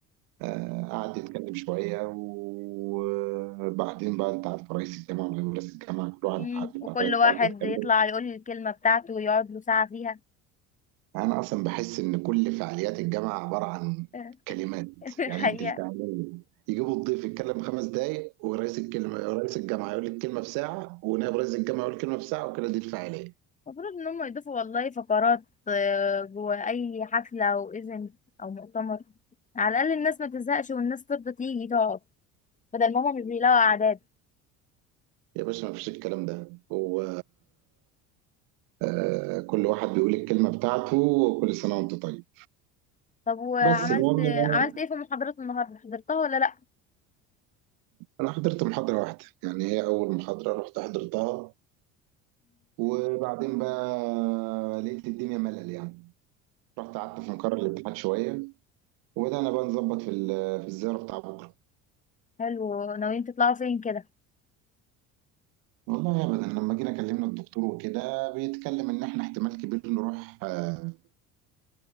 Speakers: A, on the right; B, on the left.
A: آه قعد يتكلم شوية وبعدين بقى أنت عارف رئيس الجامعة ورئيس الجامعة كل واحد
B: مم.
A: قعد بتاع
B: وكل
A: تلات
B: واحد
A: ساعات يتكلم
B: يطلع يقول لي الكلمة بتاعته ويقعد له ساعة فيها
A: انا اصلا بحس ان كل فعاليات الجامعه عباره عن
B: <laughs>
A: كلمات
B: الحقيقة
A: يعني انت الفعاليه يجيبوا الضيف يتكلم خمس دقايق ورئيس الكلمه رئيس الجامعه يقول الكلمه في ساعه ونائب رئيس الجامعه يقول الكلمه في ساعه وكده دي الفعاليه
B: المفروض ان هم يضيفوا والله فقرات آه، جوه اي حفلة او ايفنت او مؤتمر على الاقل الناس ما تزهقش والناس ترضى تيجي تقعد بدل ما هم مش بيلاقوا اعداد
A: يا باشا ما فيش الكلام ده هو آه، كل واحد بيقول الكلمه بتاعته وكل سنه وانت طيب
B: طب وعملت
A: بس المهم ان انا
B: عملت ايه في محاضرات النهاردة حضرتها ولا لا
A: أنا حضرت محاضره واحده يعني هي اول محاضره رحت حضرتها وبعدين بقى لقيت الدنيا ملل يعني رحت قعدت في مقر الاتحاد شويه وبدأنا بقى نظبط في ال- في الزيارة بتاع بكرة
B: حلو ناويين تطلعوا فين كده
A: والله أبدا لما جينا كلمنا الدكتور وكده بيتكلم إن إحنا احتمال كبير نروح آه،